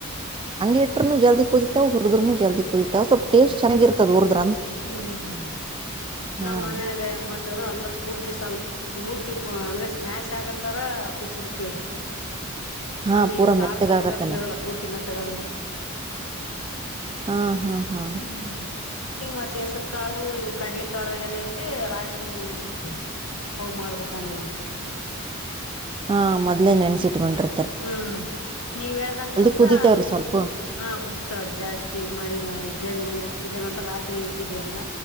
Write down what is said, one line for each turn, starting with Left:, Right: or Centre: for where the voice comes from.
Right: ಹಂಗ ಇಟ್ರರುನು ಜಲ್ದಿ ಕುದಿತಾವ್ ಉರ್ದ್ರುನು ಜಲ್ದಿ ಕುದಿತಾವ್ ಯಾವ ಸ್ವಲ್ಪ ಟೇಸ್ಟ್ ಚೆನ್ನಾಗಿರ್ತಾವ ಉರಿದ್ರೆ
Left: ಹ್ಮ್
Right: ಹಾ
Left: ನಮ್ಮ ಮನ್ಯಾಗ ಹೆಂಗ ಮಾಡ್ತವದ ಅಂದ್ರೆ ಪೂರ್ತಿ ಸ್ವಲ್ಪ ಪೂರ್ತಿ ಅಂದ್ರೆ ಸ್ಮ್ಯಾಶ್ ಆಗತ್ತಾರ ಕುದಿಸಿಬಿಡ್ತ್ತಾವ್ರಿ
Right: ಹಾ
Left: ಅಂಗಂಗ
Right: ಪೂರಾ ಮೆತ್ತಗಾಗತ್ತಲ್ಲ
Left: ಕಾಳ್ ಕಾಳ್ ಪಿಲ್ಲವಲ್ಲ ಪೂರ್ತಿ ಮೇತಗೆ
Right: ಹಾ ಹಾ ಹಾ
Left: ಹ್ಮ್ ಹಂಗ ಮತ್ತತ್ ಹೆಸರು ಕಾಳು ಇವು ಕಡಲೆ ಕಾಳು ಏನೈತೆ ರಾತ್ರಿ ನೆನೆಹಾಕಿ ಇಡ್ತವಿ ಅವು ಮಾಡ್ಬೇಕ ಅಂಗಂದ್ರೆ
Right: ಹಾ ಮೊದ್ಲೆೇ ನೆನ್ಸಿಟ್ಕೊಂಡ್ರಿ
Left: ಹ್ಮ್ ನೀವ್ ಹೇಳಿದಂಗೆ ಅಂದ್ರ
Right: ಕುದಿತೇವ್ರಿ ಸ್ವಲ್ಪ
Left: ಹ ಕುಂತಾವ್ರಿ ಜಾಸ್ತಿ ಇದು <unintelligible> ಇದ ನಂತರ ರಾತ್ರಿ ಇಟ್ಟಿದ್ವಿ ಅಂದ್ರ